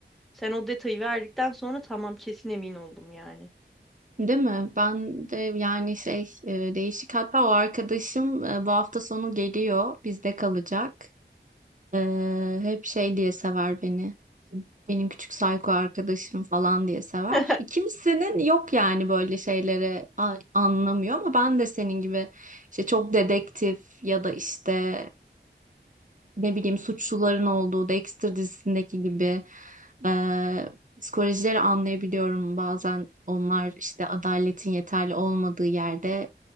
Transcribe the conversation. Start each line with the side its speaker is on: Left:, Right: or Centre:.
Centre: Sen o detayı verdikten sonra tamam kesin emin oldum yani.
Right: Değil mi? Ben de yani şey e, değişik hatta o arkadaşım e, bu hafta sonu geliyor bizde kalacak. E, hep şey diye sever beni. Benim küçük psycho arkadaşım falan diye sever.
Centre: <laughs>
Right: Kimsenin yok yani böyle şeyleri a- anlamıyor ama ben de senin gibi işte çok dedektif ya da işte ne bileyim suçluların olduğu Dexter dizisindeki gibi e, psikolojileri anlayabiliyorum. Bazen onlar işte adaletin yeterli olmadığı yerde